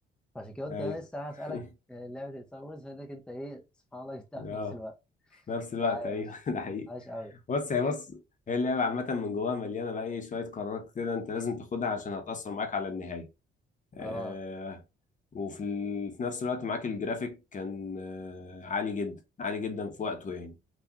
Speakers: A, in the centre; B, on the left (about 40°).
A: فعشان كده قلت
B: ايوه
A: انا لسه هسالك
B: <laughs>
A: آه، لعبه ستار وورز لك انت ايه سبحان الله جبتها في
B: اه
A: نفس الوقت
B: في نفس الوقت
A: عايش
B: ايوه <laughs> ده حقيقي
A: عايش قوي
B: بص هي بص هي اللعبه عامه من جواها مليانه بقى ايه شويه قرارات كده انت لازم تاخدها عشان هتاثر معاك على النهايه آه
A: اه
B: وفي ال... في نفس الوقت معاك الجرافيك كان آه عالي جدا عالي جدا في وقته يعني